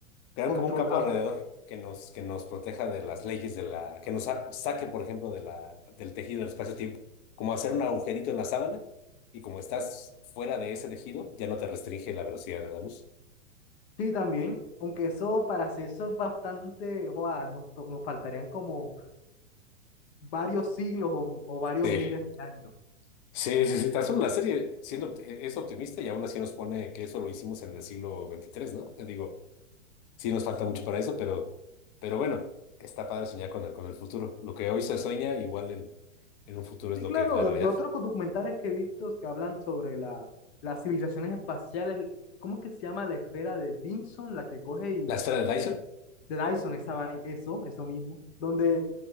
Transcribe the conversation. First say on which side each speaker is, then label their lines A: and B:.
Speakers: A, on the left; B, on the left.
A: crear
B: controlado.
A: como un campo alrededor que nos, que nos proteja de las leyes de la, que nos sa- saque, por ejemplo, de la, del tejido del espacio-tiempo. Como hacer un agujerito en la sábana, y como estás fuera de ese tejido, ya no te restringe la velocidad de la luz.
B: Sí, también. Aunque eso, para hacer eso es bastante, joa, nos, to- nos faltarían como varios siglos o, o varios
A: Sí.
B: miles de años.
A: Sí, sí, sí, tan solo la serie siendo, eh, es optimista y aún así nos pone que eso lo hicimos en el siglo XXIII, ¿no? Te digo, sí nos falta mucho para eso, pero, pero bueno, está padre soñar con el, con el futuro. Lo que hoy se sueña, igual en, en un futuro es
B: Sí,
A: lo
B: claro,
A: que es la
B: de,
A: realidad.
B: de otros documentales que he visto que hablan sobre la, las civilizaciones espaciales, ¿cómo es que se llama la esfera de Vinson, la que coge y
A: La esfera de Dyson,
B: de Dyson, esa, vai- eso, eso mismo, donde